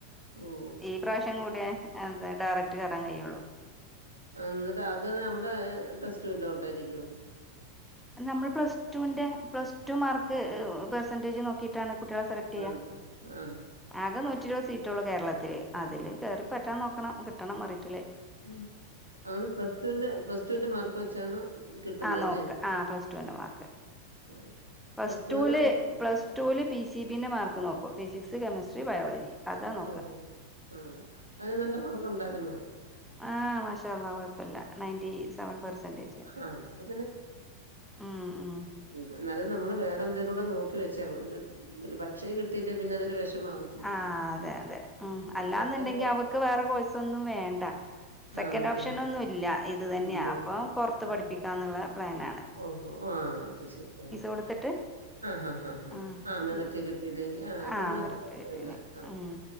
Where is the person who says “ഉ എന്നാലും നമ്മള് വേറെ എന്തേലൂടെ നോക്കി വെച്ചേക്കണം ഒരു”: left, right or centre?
Right